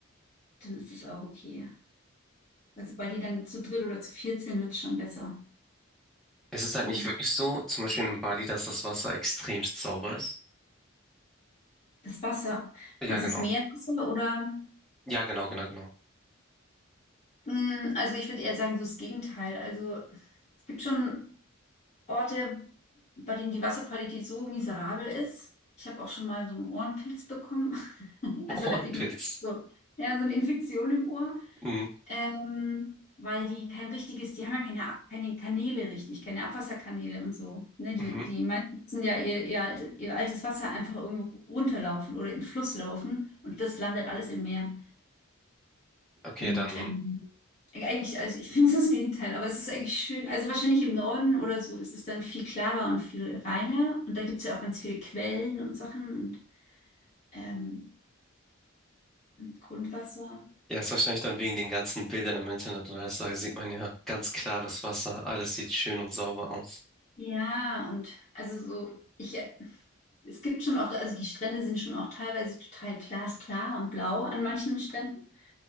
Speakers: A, on the left; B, in the centre.
A: Dann ist es auch okay. Also, weil die dann zu dritt oder zu viert sind, wird es schon besser.
B: es ist halt
A: Dann
B: nicht wirklich so, zum Beispiel in Bali, dass das Wasser extremst sauber ist.
A: das Wasser.
B: Ja,
A: Meinst
B: genau.
A: du das Meerwasser oder?
B: Ja, genau, genau, genau.
A: Mm, Also ich würde eher sagen, so das Gegenteil. Also es gibt schon Orte, bei denen die Wasserqualität so miserabel ist. Ich habe auch schon mal so einen Ohrenpilz bekommen. <laughs>
B: <laughs>
A: Also
B: Ohrenpilz.
A: halt irgendwie so, ja, so eine Infektion im Ohr.
B: Mhm.
A: Ähm, weil die kein richtiges, die haben ja keine, Ab- keine Kanäle richtig, keine Abwasserkanäle und so. Ne, die,
B: Mhm.
A: die meisten müssen ja ihr, ihr, alte, ihr altes Wasser einfach irgendwo runterlaufen oder in den Fluss laufen und das landet alles im Meer.
B: Okay,
A: Und
B: dann,
A: ähm, eigentlich, also ich finde es das Gegenteil, aber es ist eigentlich schön. Also wahrscheinlich im Norden oder so ist es dann viel klarer und viel reiner. Und da gibt es ja auch ganz viele Quellen und Sachen und ähm, Grundwasser.
B: ja, ist wahrscheinlich dann wegen den ganzen Bildern im Internet und alles, da sieht man ja ganz klares Wasser, alles sieht schön und sauber aus.
A: Ja, und also so, ich, äh, es gibt schon auch, also die Strände sind schon auch teilweise total glasklar und blau an manchen Stränden.